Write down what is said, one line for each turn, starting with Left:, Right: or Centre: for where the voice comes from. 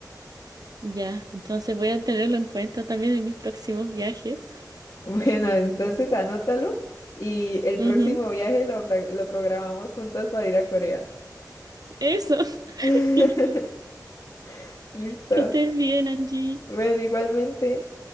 Right: Ya, entonces voy a tenerlo en cuenta también en mis próximos viajes.
Left: Bueno, entonces anótalo y el
Right: Ujú,
Left: próximo viaje lo, fra- lo programamos juntas para ir a Corea.
Right: Eso, <laughs>
Left: <laughs>
Right: genial.
Left: Listo.
Right: Que estés bien, Angie.
Left: Bueno, igualmente.